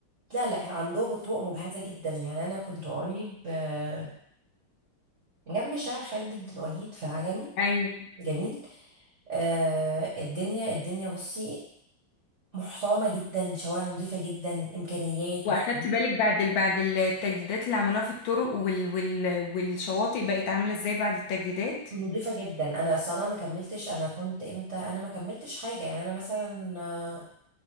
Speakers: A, on the right (about 55°); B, on the left (about 75°).
A: لا لا عندهم الطرق مجهزه جدا يعني انا كنت قريب آه، جنب شارع خالد بن الوليد في العجمي
B: ايوه
A: جميل آه الدنيا الدنيا بصي محترمه جدا شوارع نظيفه جدا امكانيات
B: واخدت
A: وخدمات
B: بالك بعد ال... بعد التجديدات اللي عملوها في الطرق وال... وال... والشواطئ بقت عامله ازاي بعد التجديدات
A: نضيفة جدا انا اصلا انا ما كملتش انا كنت امتى انا ما كملتش حاجة يعني انا مثلا آه،